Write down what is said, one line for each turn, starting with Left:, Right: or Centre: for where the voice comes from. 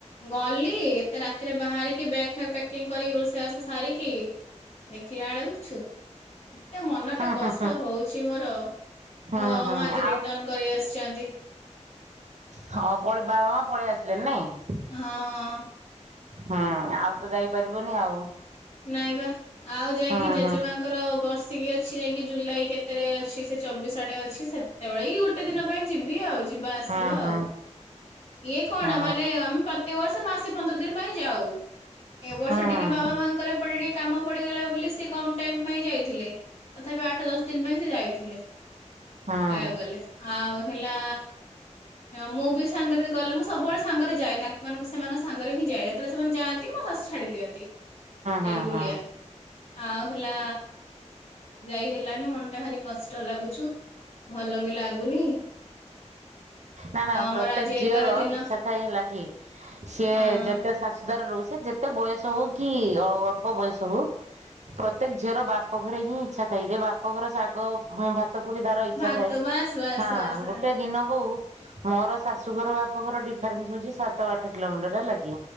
Left: ଗଲି ରାତିରେ ବାହାରିକି ବ୍ୟାଗ୍ ଫ୍ୟାଗ୍ ପ୍ୟାକିଂ କରିକି ରୋଷେଇବାଷ ସାରିକି ଦେଖିଲା ବେଳକୁ ଛୁ ଏତେ ମନଟା
Right: ହଁ
Left: କଷ୍ଟ ହଉଛି ମୋର।
Right: ହଁ
Left: ମୋ ବାବା
Right: ହଁ
Left: ମା ଆଜି ରିଟର୍ନ
Right: ଆଉ
Left: କରି ଆସିଛନ୍ତି।
Right: ହଁ ବାବା ମା ପଳେଇ ଆସିଲେନି ନାଇଁ।
Left: ହଁ।
Right: ହଁ ଆଉ ତ ଯାଇପାରିବନି ଆଉ।
Left: ନାଇଁ ବା ଆଉ ଯାଇକି
Right: ହୁଁ
Left: ଜେଜେମା
Right: ହୁଁ
Left: ତାଙ୍କର ବର୍ଷିକିଆ ଅଛି ଯାଇକି ଜୁଲାଇ କେତେରେ ଅଛି ସେ ଚବିଶ ଆଡେ ଅଛି ସେତେବେଳେ ହି ଗୋଟେ ଦିନ ପାଇଁ ଯିବି ଆଉ ଯିବା ଆସିବା
Right: ହୁଁ ହୁଁ
Left: ଆଉ ଇଏ କଣ
Right: ହୁଁ
Left: ମାନେ ଆମେ ପ୍ରତି ବର୍ଷ ମାସେ ପନ୍ଦର ଦିନ ପାଇଁ ଯାଉ ଏ ବର୍ଷ
Right: ହୁଁ ହୁଁ ହୁଁ
Left: ଟିକେ
Right: ହୁଁ।
Left: ବାବା ମା ଙ୍କର ଏପଟେ ଟିକେ କାମ ପଡିଗଲା ବୋଲି ସେ କମ ଟାଇମ ପାଇଁ ଯାଇଥିଲେ। ତଥାପି ଆଠ ଦଶ ଦିନ ପାଇଁ ସେ ଯାଇଥିଲେ
Right: ହୁଁ
Left: କହିବାକୁ ଗଲେ। ଆଉ ହେଲା ମୁଁ ବି ସାଙ୍ଗରେ ଗଲେ ମୁଁ ସବୁବେଳେ ସାଙ୍ଗରେ ଯାଏ ତାଙ୍କ ସେମାନଙ୍କ ସାଙ୍ଗରେ ହିଁ ଯାଏ ଯେତେବେଳେ ସେମାନେ ଯାଆ ନ୍ତି ମୁଁ ହସ ଛାଡି ଦିଅନ୍ତି ଯାଇକି
Right: ହୁଁ ହୁଁ
Left: ବୁଲିଆ। ଆଉ ହେଲା ଯାଇ ହେଲାନି ମନଟା ଭାରି କଷ୍ଟ ଲାଗୁଛୁ। ଭଲ ବି ଲାଗୁନି।
Right: ନା ନା
Left: ଆଉ ଆମର
Right: ପ୍ରତ୍ୟେକ
Left: ଆଜି ଏଗାର
Right: ଝିଅର
Left: ଦିନ
Right: ଇଚ୍ଛା ଥାଏ ହେଲା କି ସିଏ
Left: ହଁ
Right: ଯେତେ ଶାଶୁ ଦାର ରହୁଛ ଯେତେ ବୟସ ହଉ କି ଅଳ୍ପ ବୟସ ହଉ। ପ୍ରତ୍ୟେକ ଝିଅର ବାପଘରେ ହିଁ ଇଚ୍ଛା ଥାଏ ଯେ ବାପଘର ଶାଗ ଭା ତକୁ ବି ତାର ଇଚ୍ଛା
Left: ଭାତ
Right: ଥାଏ
Left: ବାସ୍ ବାସ୍
Right: ହଁ
Left: ବାସ୍ ବାସ୍
Right: ଗୋଟେ ଦିନ ହଉ ମୋର ଶାଶୁଘର ବାପଘର ଡିଫରେନ୍ସ ହଉଛି ସାତ ଆଠ କିଲୋମିଟର ହେଲା କି।